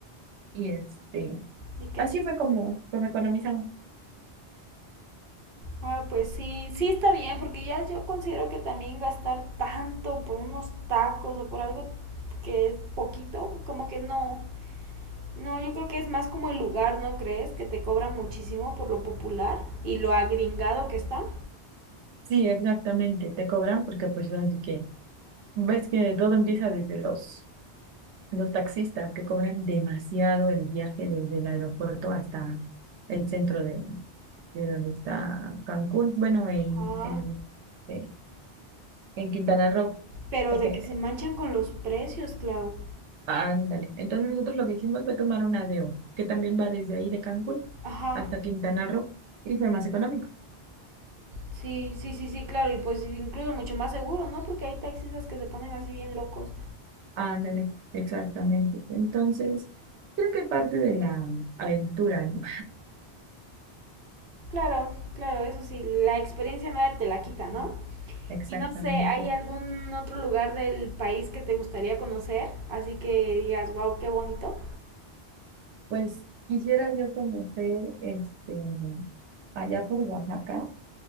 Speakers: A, on the right; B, on the right.
A: Y este,
B: ¿y qué
A: así fue como, como economizamos.
B: Ah, pues sí, sí está bien, porque ya yo considero que también gastar tanto por unos tacos o por algo que es poquito, como que no. No, yo creo que es más como el lugar, ¿no crees? Que te cobran muchísimo por lo popular y lo agringado que está.
A: Sí, exactamente, te cobran porque pues así que ves que todo empieza desde los Los taxistas que cobran demasiado el viaje desde el aeropuerto hasta el centro de, de donde está Cancún, bueno, en,
B: Ah,
A: en, eh, en Quintana Roo,
B: pero
A: porque,
B: de que se manchan con los precios, Clau.
A: ándale. Entonces nosotros lo que hicimos fue tomar un ADEO que también va desde ahí de Cancún
B: Ajá,
A: hasta Quintana Roo, y fue más económico.
B: sí, sí, sí, sí, claro, y pues incluso mucho más seguro, ¿no? Porque hay taxistas que se ponen así bien locos.
A: Ándale, exactamente. Entonces, creo que es parte de la aventura, ¿no?
B: Claro, claro, eso sí, la experiencia nadie te la quita, ¿no?
A: <laughs> Exactamente.
B: Y no sé, ¿hay algún otro lugar del país que te gustaría conocer? Así que digas, wow, qué bonito.
A: Pues quisiera yo conocer, este, allá por Oaxaca,